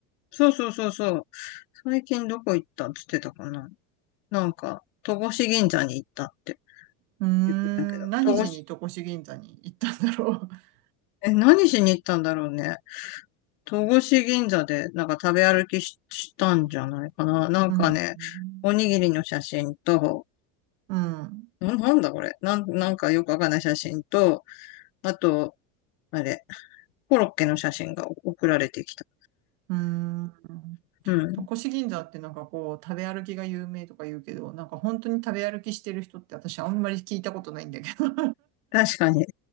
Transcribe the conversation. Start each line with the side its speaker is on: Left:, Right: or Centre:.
Left: そうそうそうそう。最近どこ行ったっつってたかな。なんか、戸越銀座に行ったって
Right: うーん、
Left: 言ってたけど。
Right: 何しに戸越銀座に行ったんだろう。
Left: 戸越、
Right: <laughs>
Left: え、何しに行ったんだろうね。戸越銀座でなんか食べ歩きし、したんじゃないかな。なんかね、
Right: うん。
Left: おにぎりの写真と、
Right: うん。
Left: んなんだこれ。なん、なんかよくわかんない写真と、あと、あれ、コロッケの写真が送られてきた。
Right: うん。
Left: うん。
Right: 戸越銀座ってなんかこう、食べ歩きが有名とか言うけど、なんか本当に食べ歩きしてる人って私あんまり聞いたことないんだけど。<laughs> うん
Left: 確かに。